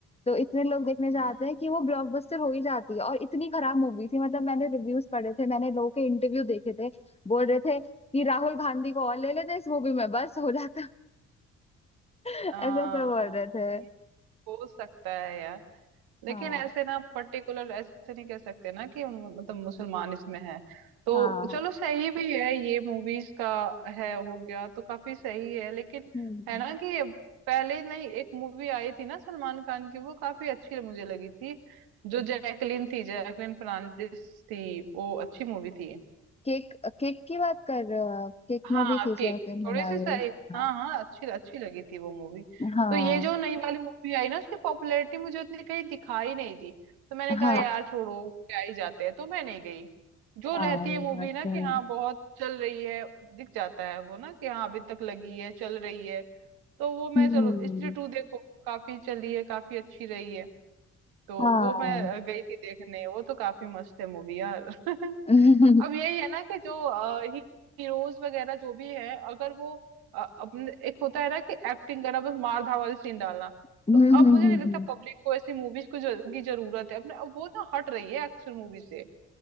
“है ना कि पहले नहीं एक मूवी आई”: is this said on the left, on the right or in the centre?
Right